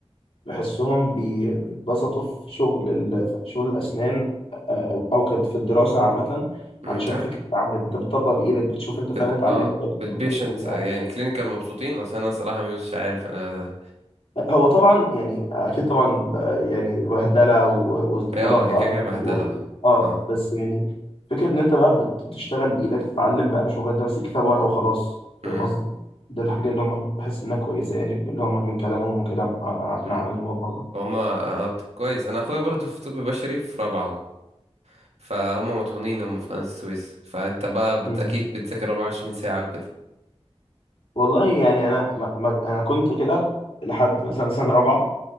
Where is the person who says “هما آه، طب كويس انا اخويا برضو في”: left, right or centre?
Right